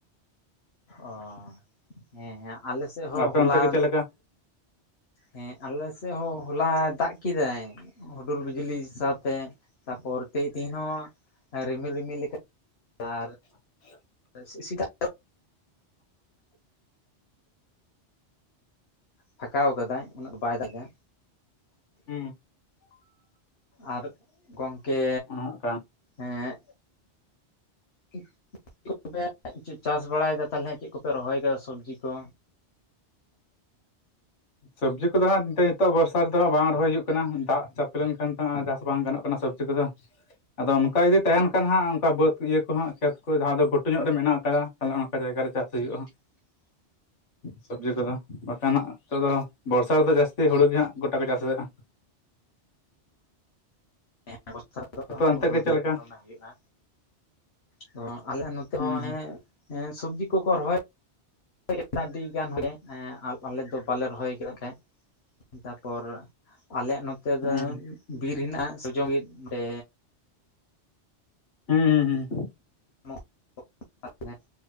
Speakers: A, on the left; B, on the left.
A: ᱚ ᱦᱮᱸ ᱦᱮᱸ ᱟᱞᱮ ᱥᱮᱫ ᱦᱚᱸ
B: ᱟᱯᱮ
A: ᱦᱚᱞᱟ
B: ᱚᱱᱛᱮ ᱜᱮ ᱪᱮᱫ ᱞᱮᱠᱟ
A: ᱦᱮᱸ ᱟᱞᱮ ᱥᱮᱫ ᱦᱚᱸ ᱦᱚᱞᱟ ᱫᱟᱜ ᱠᱮᱫᱟᱭ ᱦᱩᱰᱩᱨ ᱵᱤᱡᱤᱞᱤ ᱥᱟᱶᱛᱮ ᱛᱟᱨᱯᱚᱨ <unintelligible> ᱦᱚᱸ ᱨᱤᱢᱤᱞ ᱨᱤᱢᱤᱞ ᱞᱮᱠᱟ <unintelligible>
B: <inaudible>
A: <unintelligible> ᱯᱷᱟᱠᱟᱣ ᱠᱟᱫᱟᱭ ᱩᱱᱟᱹᱜ ᱫᱚ ᱵᱟᱭ ᱫᱟᱜᱟ
B: ᱦᱩᱸ
A: ᱟᱨ ᱜᱚᱝᱠᱮ
B: ᱚᱱᱮ ᱚᱱᱠᱟ
A: ᱮᱸ <inaudible> ᱪᱮᱫ ᱠᱚᱯᱮ ᱪᱮ ᱪᱟᱥ ᱵᱟᱲᱟᱭᱮᱫᱟ ᱛᱟᱞᱦᱮ ᱪᱮᱫ ᱠᱚᱯᱮ ᱨᱚᱦᱚᱭ ᱠᱟᱫᱟ ᱥᱚᱵᱽᱡᱤ ᱠᱚ?
B: ᱥᱚᱵᱽᱡᱤ ᱠᱚᱫᱚ ᱦᱟᱸᱜ ᱱᱤᱛᱚ ᱱᱤᱛᱚᱜ ᱵᱚᱨᱥᱟ ᱨᱮᱫᱚ <inaudible> ᱵᱟᱝ ᱨᱚᱦᱚᱭ ᱦᱩᱭᱩᱜ ᱠᱟᱱᱟ ᱫᱟᱜ ᱪᱟᱯᱮ ᱞᱮᱱᱠᱷᱟᱱ ᱛᱚ ᱦᱟᱸᱜ ᱪᱟᱥ ᱵᱟᱝ ᱜᱟᱱᱚᱜ ᱠᱟᱱᱟ ᱥᱮ <unintelligible> ᱟᱫᱚ ᱚᱱᱠᱟ ᱡᱩᱫᱤ ᱛᱟᱦᱮᱱ ᱠᱷᱟᱱ ᱦᱟᱸᱜ ᱚᱝᱠᱟ ᱵᱟᱹᱫᱽ ᱤᱭᱟᱹ ᱠᱚ ᱦᱟᱸᱜ ᱠᱷᱮᱛ ᱠᱚ ᱡᱟᱦᱟᱸ ᱫᱚ ᱜᱷᱩᱴᱩ ᱧᱚᱜ ᱨᱮ ᱢᱮᱱᱟᱜ ᱟᱠᱟᱫᱟ ᱛᱟᱞᱦᱮ ᱚᱱᱟ ᱠᱚ ᱡᱟᱭᱜᱟ ᱨᱮ ᱪᱟᱥ ᱦᱩᱭᱩᱜᱼᱟ ᱦᱟᱸᱜ
A: <inaudible>
B: ᱥᱚᱵᱽᱡᱤ ᱠᱚᱫᱚ ᱵᱟᱠᱷᱟᱱ ᱦᱟᱸᱜ ᱱᱤᱛᱚᱜ ᱫᱚ ᱵᱚᱨᱥᱟ ᱨᱮᱫᱚ ᱡᱟᱹᱥᱛᱤ ᱦᱩᱲᱩ ᱜᱮ ᱦᱟᱸᱜ ᱜᱚᱴᱟ ᱠᱚ ᱪᱟᱥᱮᱫᱼᱟ
A: <unintelligible>
B: ᱚᱱᱛᱮ
A: ᱦᱩᱲᱩ ᱜᱮ
B: ᱪᱮᱫ ᱞᱮᱠᱟ
A: ᱫᱚᱢᱮ ᱦᱩᱭᱩᱜᱼᱟ, ᱛᱚ ᱟᱞᱮ ᱱᱚᱛᱮ
B: ᱦᱩᱸ
A: ᱦᱚᱸ ᱦᱮᱸ ᱦᱮᱸ ᱥᱚᱵᱽᱡᱤ ᱠᱚᱠᱚ ᱨᱚᱦᱚᱭᱟ <unintelligible> ᱟᱞ ᱟᱞᱮ ᱫᱚ ᱵᱟᱞᱮ ᱨᱚᱦᱚᱭ <unintelligible> ᱛᱟᱯᱚᱨ ᱟᱞᱮᱭᱟᱜ ᱱᱚᱛᱮ
B: ᱦᱩᱸ
A: ᱫᱚ
B: ᱦᱩᱸ
A: ᱵᱤᱨ ᱦᱮᱱᱟᱜᱼᱟ <unintelligible> ᱵᱤᱨ ᱚᱸᱰᱮ
B: ᱦᱩᱸ ᱦᱩᱸ ᱦᱩᱸ
A: <unintelligible>